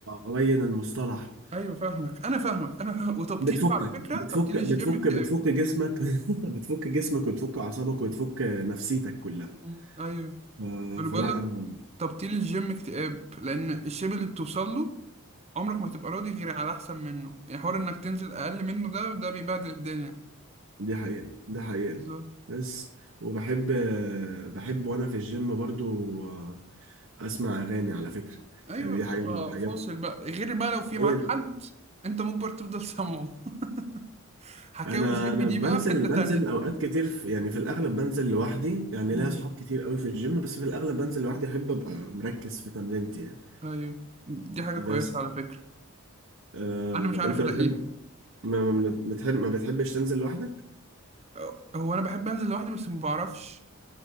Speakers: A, on the right; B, on the right.
A: أبين المصطلح
B: ايوه فاهمك انا فاهمك انا فاهم وتبطيل
A: بتفكك
B: على فكره
A: بتفك
B: تبطيل الجيم
A: بتفك
B: اكتئاب
A: بتفك جسمك <laughs> بتفك جسمك وتفك أعصابك وتفك نفسيتك كلها
B: مم. ايوه
A: ف...
B: انا
A: فلا
B: بقول لك
A: أنا
B: تبطيل الجيم اكتئاب لان الشيب اللي بتوصل له عمرك ما تبقى راضي غير على احسن منه يعني حوار انك تنزل اقل منه ده ده بيبهدل الدنيا
A: دي حقيقة دي حقيقة
B: بالظبط
A: بس وبحب بحب وانا في الجيم برضو آه، اسمع اغاني على فكرة
B: ايوه
A: يعني دي
B: بتبقى
A: حاجة من الحاجات
B: فاصل بقى غير بقى لو في
A: هي
B: معاك
A: دي
B: حد انت مجبر تفضل سامعه <laughs> حكاوي
A: انا
B: الجيم
A: انا
B: دي
A: بنزل
B: بقى في حته
A: بنزل
B: تانية
A: اوقات كتير في يعني في الاغلب بنزل لوحدي يعني
B: مم.
A: ليا اصحاب كتير قوي في الجيم بس في الاغلب بنزل لوحدي احب ابقى مركز في تمرينتي يعني
B: ايوه دي حاجه كويسه
A: بس
B: على فكره
A: آه
B: انا مش عارف
A: انت بتحب
B: الاقيها
A: ما ما- بتحب ما بتحبش تنزل لوحدك
B: أه، هو انا بحب انزل لوحدي بس ما بعرفش